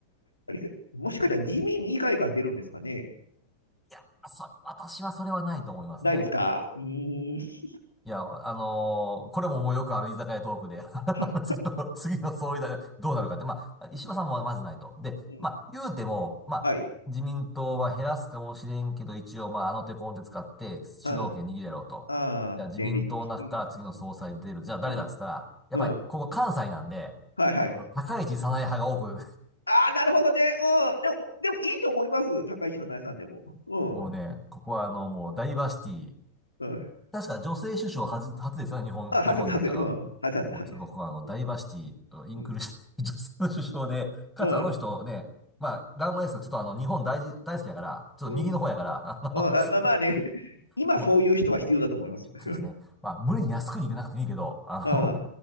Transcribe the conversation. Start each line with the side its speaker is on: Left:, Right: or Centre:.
Left: あれもしかしたら自民以外から出るんですかね
Centre: <laughs> いや、それ、私はそれはないと思いますね。
Left: ないですかうーん。
Centre: いや、あのーこれももうよくある居酒屋トークで、
Left: は、
Centre: <laughs> 次の、次の総理大臣どうなるかって、まあ、石破さんもまずないと。で、
Left: うん。
Centre: まあ、言うても、まあ、
Left: はい。
Centre: 自民党は減らすかもしれんけど、一応、まあ、あの手この手使って主導権握るやろうと。
Left: ああ、
Centre: じゃあ、自民党の中から次の総裁出る。
Left: 連立して。うん。
Centre: じゃあ、誰だっつったら、
Left: うん。
Centre: やっぱり、
Left: うん。
Centre: ここ関西なんで、
Left: はいはい。
Centre: 高市早苗派が多く
Left: ああ、なるほどね。うん。でも、でもいいと思います。高市さん、奈良さんでも。うん。
Centre: もうね、ここはあの、もうダイバーシティ。
Left: うん。
Centre: 確か女性首相初、初ですよね、日本、
Left: あ、外れ、
Centre: 日本においては。
Left: 外れ。うん。外れ、
Centre: うん。
Left: 外れです。
Centre: もうちょっとここはあの、ダイバーシティとインクルーシブ、
Left: うん。うん。
Centre: <laughs> 女性の首相で、かつあの人ね、
Left: うん。
Centre: まあ、ラーマエース、ちょっとあの、日本大事、大好きだから、ちょっと右の方やから、
Left: うん。うん
Centre: あの、
Left: あまあまあね、
Centre: <laughs>
Left: <laughs> 今そういう人は必要だと思います。
Centre: まあ、
Left: <laughs>
Centre: そうですね。まあ、無理に安くに行かなくてもいいけど、あの
Left: あ